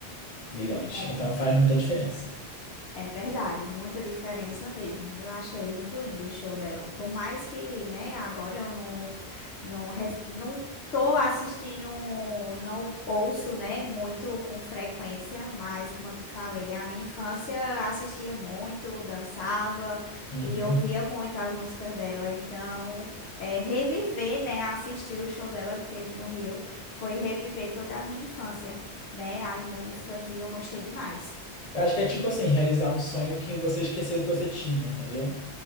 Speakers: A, on the left (about 40°); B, on the left (about 70°).
A: milhões.
B: É,
A: Então faz muita diferença.
B: É verdade, muita diferença mesmo. Eu achei muito lindo o show dela. Por mais que, né, agora eu não não res- não tô assistindo, não ouço, né, muito com frequência, mas como eu te falei, a minha infância assistia muito, dançava
A: Uhum.
B: e ouvia muito as músicas dela. Então, é, reviver, né, assistir o show dela que teve no Rio, foi reviver toda a minha infância, né, as músicas e eu gostei demais.
A: Eu Acho que é tipo assim, realizar um sonho que você esqueceu que você tinha, entendeu?